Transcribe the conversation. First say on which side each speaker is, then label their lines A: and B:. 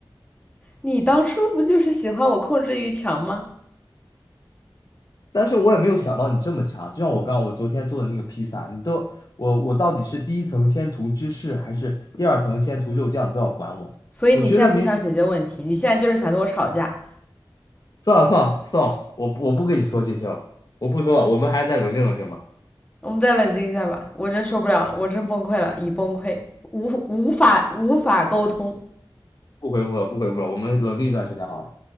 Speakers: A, on the left; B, on the left.
A: 你当初不就是喜欢我控制欲强吗？
B: 但是我也没有想到你这么强，就像我刚刚我昨天做的那个披萨，你都我我到底是第一层先涂芝士，还是第二层先涂肉酱，你都要管我。
A: 所以你现在不想解决问题，
B: 我觉得明
A: 你现在就是想跟我吵架。
B: 算了算了算了，我不我不跟你说这些了，我不说了，我们还是再冷静冷静吧，
A: 我们再冷静一下吧，我真受不了了，我真崩溃了，已崩溃，无无法无法沟通。
B: 不回复了不回复了，我们冷静一段时间好了。